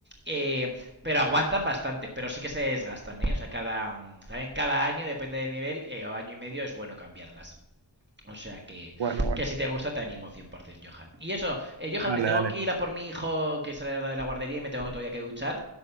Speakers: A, on the right (about 25°); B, on the right (about 80°).
A: eh, pero aguantan bastante, pero sí que se desgastan, ¿eh? o sea, cada, ¿saben? cada año, depende del nivel, eh, o año y medio es bueno cambiarlas. O sea que,
B: Bueno, bueno.
A: que si te gusta te animo 100%, Johan. Y eso, eh, Johan,
B: Dale,
A: me tengo
B: dale.
A: que ir a por mi hijo que sale de la guardería y me tengo todavía que duchar.